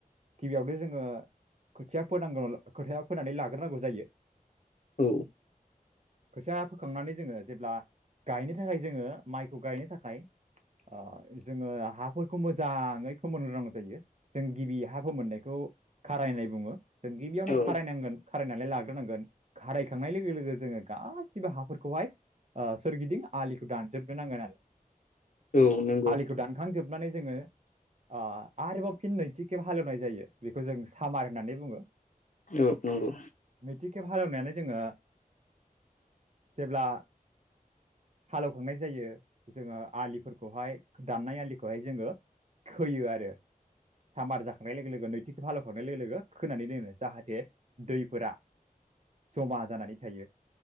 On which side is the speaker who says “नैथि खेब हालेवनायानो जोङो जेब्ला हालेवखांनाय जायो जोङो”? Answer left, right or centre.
Right